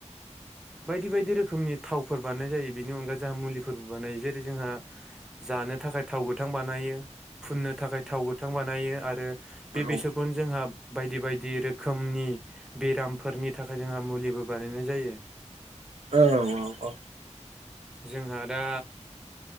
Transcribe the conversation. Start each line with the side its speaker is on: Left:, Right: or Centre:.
Centre: बायदि बायदि रोखोमनि थावफोर बानायनाय जायो बेनि अनगा जोंहा मुलिफोरबो बानायो जेरै जोंहा जानो थाखाय थाव गोथां बानायो फुननो थाखाय थाव गोथां बानायो आरो बे
Right: औ
Centre: बेसरखौनो
Right: औ
Centre: जोंहाब बायदि बायदि रोखोमनि बेरामफोरनि थाखाय जोंहा मुलिबो बानायनाय जायो।
Right: औ औ औ।
Centre: जोंहा दा